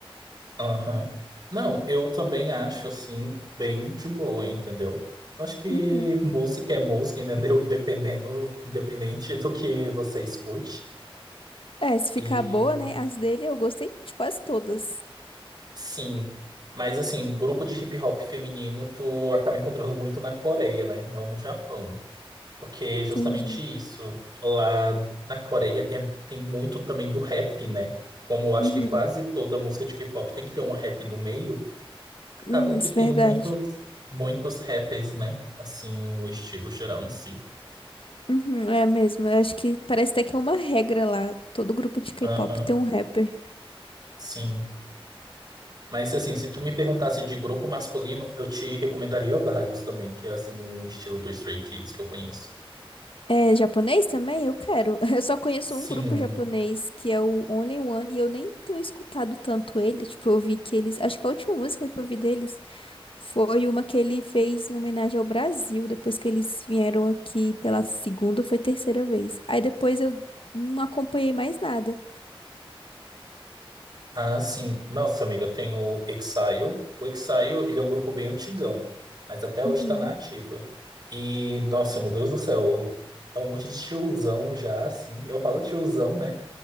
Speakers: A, on the right; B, on the left.
A: aham. Não, eu também acho assim, bem de boa, entendeu? Eu Acho que
B: Uhum.
A: música é música, <laughs> entendeu? Independendo, independente do que você escute.
B: É, se ficar
A: E
B: boa, né? As dele eu gostei de quase todas.
A: Sim, mas assim, grupo de hip hop feminino tu acaba encontrando muito na Coreia, né? Não no Japão. Porque
B: Entendi.
A: justamente isso, lá na Coreia é- tem muito também do rap, né? Como eu acho
B: Uhum.
A: que quase toda música de K-pop tem que ter um rap no meio, acabam
B: Hum,
A: que
B: isso
A: tendo
B: é verdade.
A: muitos, muitos rappers, né? Assim, no estilo geral em si.
B: Uhum, é mesmo. Eu acho que parece até que é uma regra lá. Todo grupo de K-pop
A: Aham,
B: tem um rapper.
A: sim. Mas assim, se tu me perguntasse de grupo masculino, eu te recomendaria vários também, que é assim no estilo do Stray Kids que eu conheço.
B: É japonês também? Eu quero. <laughs> Eu só conheço
A: Sim.
B: um grupo japonês que é o Only One e eu nem tenho escutado tanto ele. Tipo, eu vi que eles. Acho que a última música que eu vi deles foi uma que ele fez em homenagem ao Brasil, depois que eles vieram aqui pela segunda ou foi terceira vez. Aí depois eu não acompanhei mais nada.
A: Ah, sim. Nossa, amiga, tem o Exile. O Exile, ele é um grupo bem antigão, mas até hoje
B: Uhum,
A: tá na ativa. E, nossa, meu Deus do céu, é um monte de tiozão já, assim. Eu falo tiozão, né?